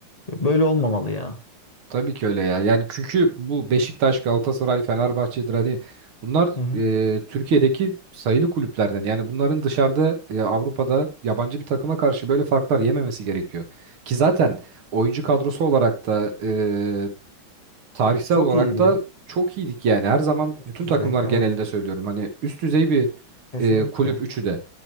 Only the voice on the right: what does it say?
Tabii ki öyle ya. Yani çünkü bu Beşiktaş, Galatasaray, Fenerbahçe'dir hani bunlar
e, Türkiye'deki sayılı kulüplerden. Yani bunların dışarıda e, Avrupa'da yabancı bir takıma karşı böyle farklar yememesi gerekiyor. Ki zaten oyuncu kadrosu olarak da e, tarihsel
olarak
da çok iyiydik yani. Her zaman
bütün
takımlar
genelinde söylüyorum. Hani üst düzey bir
e, kulüp üçü de.